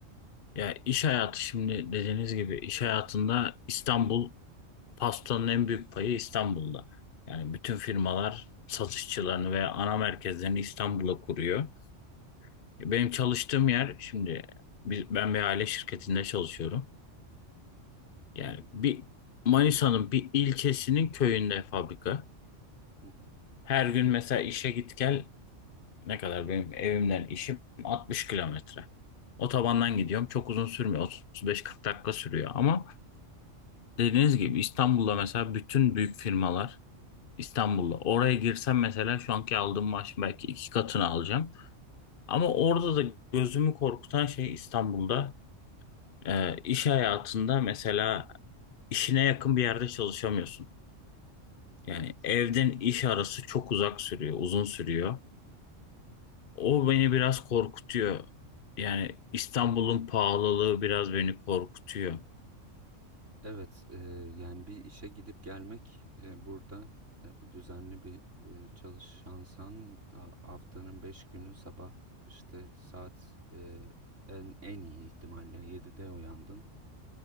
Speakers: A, on the left (about 50°); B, on the right (about 70°).
A: Ya iş hayatı şimdi dediğiniz gibi iş hayatında İstanbul pastanın en büyük payı İstanbul'da. Yani bütün firmalar satışçılarını veya ana merkezlerini İstanbul'a kuruyor. E, Benim çalıştığım yer şimdi biz- ben bir aile şirketinde çalışıyorum. Yani
B: Hı hı.
A: bir Manisa'nın bir ilçesinin köyünde fabrika.
B: Hı hı.
A: Her gün mesela işe git gel ne kadar benim evimden işim 60 kilometre. Otobandan gidiyorum. Çok uzun sürmüyor. 35-40 dakika sürüyor. Ama dediğiniz gibi İstanbul'da mesela bütün büyük firmalar İstanbul'da. Oraya girsem mesela şu anki aldığım maaşın belki iki katını alacağım. Ama orada da gözümü korkutan şey İstanbul'da e, iş hayatında mesela işine yakın bir yerde çalışamıyorsun.
B: Evet.
A: Yani evden iş arası çok uzak sürüyor, uzun sürüyor. O beni biraz korkutuyor. Yani İstanbul'un pahalılığı biraz beni korkutuyor.
B: Evet, eee, yani bir işe gidip gelmek eee, burada e, düzenli bir eee, çalışansan ha- haftanın 5 günü sabah işte saat eee, en en iyi ihtimalle 7'de uyandın.